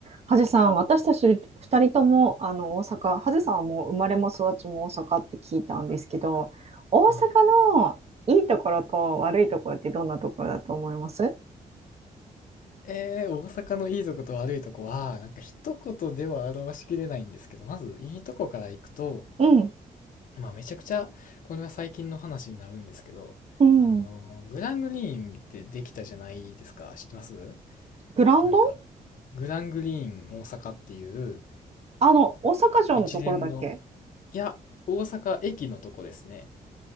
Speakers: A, on the right (about 40°); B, on the left (about 60°).
A: ハゼさん、私たち2人ともあの大阪、ハゼさんはもう生まれも育ちも大阪って聞いたんですけど、大阪
B: はい。
A: のいいところと悪いところってどんなところだと思います
B: えー、大阪のいいとこと悪いとこは、なんか一言では表しきれないんですけど、まずいいとこから行くと、
A: うん、
B: まあめちゃくちゃ、これは最近の話になるんですけど、
A: うん。
B: あのー、グラングリーンってできたじゃないですか。知ってます
A: グランド
B: なんか、グラングリーン大阪っていう
A: あの、大阪城のところだっけ
B: 一連の、いや、大阪駅のとこですね。